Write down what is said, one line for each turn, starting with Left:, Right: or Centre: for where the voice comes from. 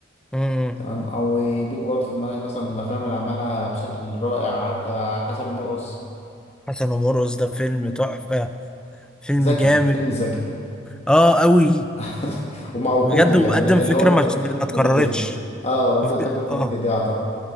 Centre: مم.
Left: تمام او بيجي برضه في دماغي مثلا الافلام اللي عملها بشكل رائع عد... آه حسن ومرقص
Centre: حسن ومرقص ده فيلم
Left: مم.
Centre: تحفة فيلم
Left: زكي
Centre: جامد
Left: فيلم زكي
Centre: اه قوي
Left: <laughs> ومع وكوميدي
Centre: بجد وبقدم
Left: يعني اللي
Centre: فكرة
Left: هو انت
Centre: ما
Left: بتحب
Centre: ما
Left: الكوميديا
Centre: اتكررتش
Left: دي اه وانت بتحب الكوميديا
Centre: اه
Left: دي اعتقد